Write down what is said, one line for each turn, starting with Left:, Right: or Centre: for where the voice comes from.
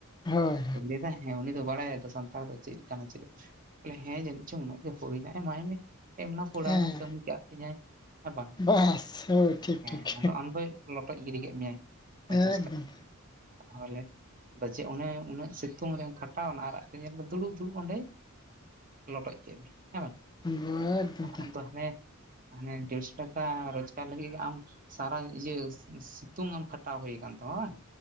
Left: ᱦᱳᱭ᱾
Right: ᱞᱟᱹᱭ ᱮᱫᱟᱭ ᱦᱮᱸ ᱩᱱᱤ ᱫᱚ ᱵᱟᱲᱟᱭᱟ ᱛᱚ ᱥᱟᱱᱛᱟᱲ ᱫᱚ ᱪᱮᱫ ᱞᱮᱠᱟᱱᱟ ᱪᱮᱫ ᱵᱚᱞᱮ ᱦᱮᱸ ᱡᱟᱹᱱᱤᱡ ᱪᱚᱝ ᱩᱱᱟᱹᱜ ᱜᱮ ᱦᱩᱭ ᱮᱱᱟ ᱮᱢᱟᱭ ᱢᱮ᱾ ᱮᱢ ᱱᱟᱯᱚᱲ
Left: ᱦᱮᱸ
Right: ᱟᱭ ᱢᱮ ᱠᱟᱹᱢᱤ ᱠᱟᱜ ᱛᱤᱧᱟᱭ᱾ ᱦᱮᱸ ᱵᱟ᱾
Left: ᱵᱟᱥ ᱦᱳᱭ ᱴᱷᱤᱠ
Right: ᱦᱮᱸ
Left: ᱴᱷᱤᱠ
Right: ᱟᱫᱚ ᱟᱢ ᱫᱚᱭ ᱞᱚᱴᱚᱡ ᱜᱤᱰᱤ ᱠᱮᱫ ᱢᱮᱭᱟᱭ ᱯᱚᱧᱪᱟᱥ
Left: ᱮᱠᱫᱚᱢ
Right: ᱴᱟᱠᱟ᱾ ᱛᱟᱦᱚᱞᱮ ᱵᱟᱪᱮ ᱚᱱᱮ ᱩᱱᱟᱹᱜ ᱥᱤᱛᱩᱝ ᱨᱮᱢ ᱠᱷᱟᱴᱟᱣᱮᱱᱟ ᱟᱨ ᱟᱹᱠᱷᱨᱤᱧᱟ ᱠᱚ ᱫᱩᱲᱩᱵ ᱫᱩᱲᱩᱵ ᱚᱸᱰᱮ ᱞᱚᱴᱚᱡ ᱠᱮᱫ ᱢᱮ᱾ ᱦᱮᱸ᱾ ᱟᱨ
Left: ᱮᱠᱫᱚᱢ ᱴᱷᱤᱠ
Right: ᱟᱢ ᱫᱚ ᱦᱟᱱᱮ ᱦᱟᱱᱮ ᱰᱮᱲᱥᱚ ᱴᱟᱠᱟ ᱨᱳᱡᱽᱜᱟᱨ ᱞᱟᱹᱜᱤᱫ ᱜᱮ ᱟᱢ ᱥᱟᱨᱟ ᱤᱭᱟᱹ ᱥᱤᱛᱩᱝ ᱟᱢ ᱠᱷᱟᱴᱟᱣ ᱦᱩᱭ ᱟᱠᱟᱱ ᱛᱟᱢᱟ ᱵᱟᱝ?